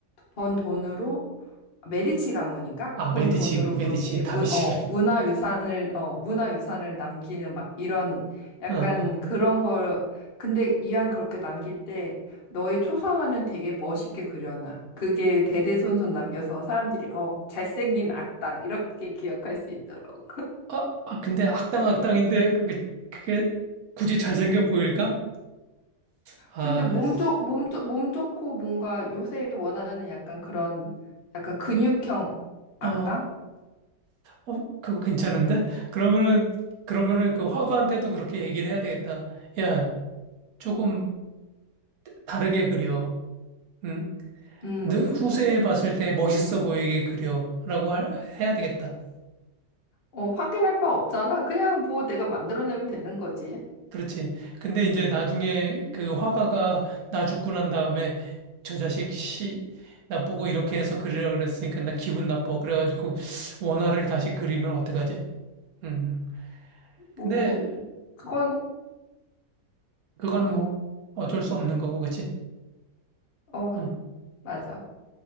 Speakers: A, on the left; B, on the right.
A: 번 돈으로 메디치 가문인가?
B: 아,
A: 번
B: 메디치,
A: 돈으로
B: 메디치,
A: 그렇게
B: 다비치를.
A: 문, 어, 문화유산을 어, 문화유산을 남기는 막 이런 약간
B: <laughs> 어, 어.
A: 그런 걸 근데 이왕 그렇게 남길 때 너의 초상화는 되게 멋있게 그려놔. 그게 대대손손 남겨서 사람들이 어, 잘생긴 악당 이렇게 기억할 수 있더라고.
B: 아, 아, 근데 악당 악당인데 그게, 그게 굳이 잘생겨 보일까? 아,
A: 근데 몸
B: 씨.
A: 좋, 몸 좋, 몸 좋고 뭔가 요새 원하는 약간 그런 약간 근육형 악당?
B: 아, 어, 그거 괜찮은데? 그러면은, 그러면은 그 화가한테도 그렇게 얘기를 해야 되겠다. 야, 조금 다르게 그려. 응?
A: 음.
B: 늘 후세에 봤을 때 멋있어 보이게 그려라고 할- 해야 되겠다.
A: 어, 확인할 바 없잖아. 그냥 뭐 내가 만들어내면 되는 거지.
B: 그렇지. 근데 이제 나중에 그 화가가 나 죽고 난 다음에 저 자식 씨, 나 보고 이렇게 해서 그리라 그랬으니까 나 기분 나빠. 그래가지고 원화를 다시 그리면 어떡하지? 음. 근데
A: 뭐, 그건,
B: 그거는
A: 음,
B: 뭐 어쩔 수 없는 거고, 그치?
A: 어,
B: 응.
A: 맞아.